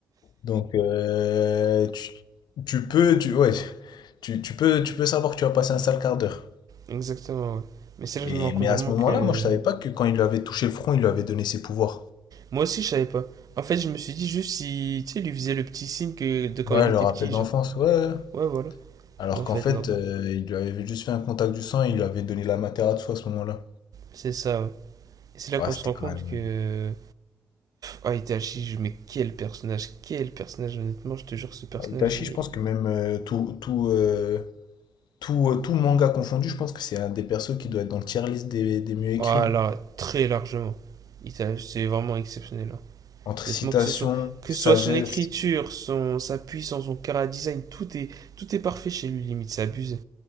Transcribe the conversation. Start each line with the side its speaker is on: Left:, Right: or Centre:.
Left: Donc, euh, tu, tu peux, tu, ouais, tu, tu peux, tu peux savoir que tu vas passer un sale quart d'heure.
Right: Exactement, ouais. Mais c'est là
Left: Et,
Right: que je me rends compte
Left: mais à
Right: vraiment
Left: ce moment-là,
Right: que.
Left: moi, je savais pas que quand il lui avait touché le front, il lui avait donné ses pouvoirs.
Right: Moi aussi, je savais pas. En fait, je me suis dit juste si. Tu sais, il lui faisait le petit signe que de quand
Left: Ouais,
Right: il était
Left: le rappel
Right: petit,
Left: d'enfance,
Right: genre.
Left: ouais.
Right: Ouais, voilà.
Left: Alors
Right: Mais en
Left: qu'en
Right: fait,
Left: fait,
Right: non.
Left: euh, il lui avait juste fait un contact du sang et il lui avait donné la Materatsu à ce moment-là.
Right: C'est ça, ouais. C'est là
Left: Ouais,
Right: qu'on
Left: c'était
Right: se rend
Left: quand
Right: compte
Left: même.
Right: que. Ah, Itachi, mais quel personnage, quel personnage, honnêtement, je te jure, ce personnage,
Left: Ouais, Itachi,
Right: il
Left: je
Right: est.
Left: pense que même euh, tout, tout, euh, tout, euh, tout manga confondu, je pense que c'est un des persos qui doit être dans le tier list des, des mieux écrits.
Right: Ah
Left: hein.
Right: là, très largement. Itachi, c'est vraiment exceptionnel. hein.
Left: Entre
Right: Honnêtement,
Left: citation,
Right: que ce soit. Que
Left: sagesse.
Right: ce soit son écriture, son, sa puissance, son cara design, tout est, tout est parfait chez lui, limite, c'est abusé.